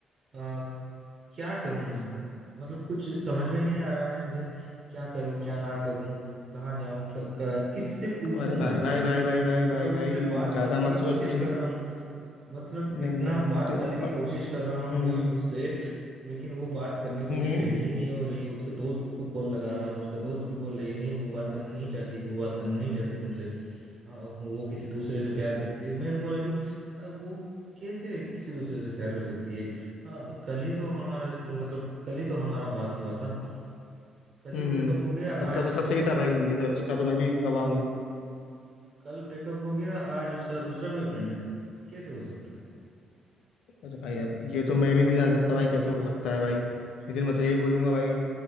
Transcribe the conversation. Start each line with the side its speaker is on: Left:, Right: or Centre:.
Right: अ, क्या करूँ मैं मतलब कुछ समझ में नहीं आ रहा है मुझे क्या करूँ क्या ना करूँ कहाँ जाऊँ क्या क- किससे पूछूं
Left: अरे भाई
Right: मैं
Left: भाई भाई भाई भाई भाई
Right: मतलब
Left: भाई
Right: उससे बात
Left: ज्यादा
Right: करने
Left: मत
Right: की
Left: सोच
Right: कोशिश
Left: कुछ नहीं
Right: कर रहा हूँ मतलब
Left: नहीं
Right: इतना
Left: नहीं नहीं
Right: बात
Left: तो और-
Right: करने की कोशिश कर रहा हूँ
Left: हम्म
Right: मैं उससे लेकिन वो बात करने के
Left: हम्म
Right: लिए रेडी ही नहीं हो रही उसके दोस्त को कॉल लगा रहा हूँ उसका दोस्त भी बोल रही है, नहीं वो बात करना नहीं चाहती वो बात करना नहीं चाहती तुमसे हाँ वो किसी दूसरे से प्यार करती है मैंने बोला कि "अ, वो कैसे किसी दूसरे से प्यार कर सकती है हाँ कल ही तो हमारा मतलब कल ही तो हमारा बात हुआ था कल
Left: हम्म
Right: ही ब्रेकअप हो गया
Left: गलता
Right: आज
Left: तो सबसे ही था भाई ये तो इसका तो मैं भी गवाह हूँ
Right: कल ब्रेकअप हो गया आज उसका दूसरा बॉयफ्रेंड है कैसे हो सकता है
Left: अरे भाई अब ये तो मैं भी नहीं जान सकता भाई कैसे हो सकता है भाई लेकिन मैं तो यही बोलूंगा भाई